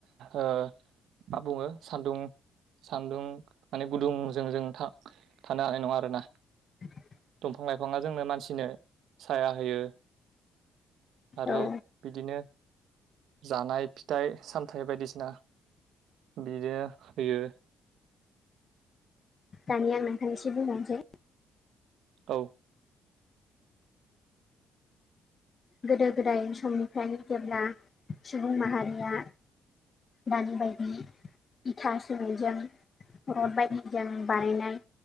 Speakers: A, on the right; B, on the left.
A: ओ मा बुङो सान्दुं सान्दुं माने गुदुंजों जों था थानो हानाय नङा आरोना
B: <unintelligible>
A: फां लाइफाङा जोंनो मानसिनो साया होयो। आरो
B: औ
A: बिदिनो जानाय फिथाइ सामथाइ बायदिसिना बियो होयो
B: दानिया नोंथां आं एसे बुंबावनोसै
A: औ <inaudible>
B: गोदो गोदाय समनिफ्रायनो जेब्ला सुबुं माहारिया दानि बायदि इथास होनायजों रड बायदि जों बानायनाय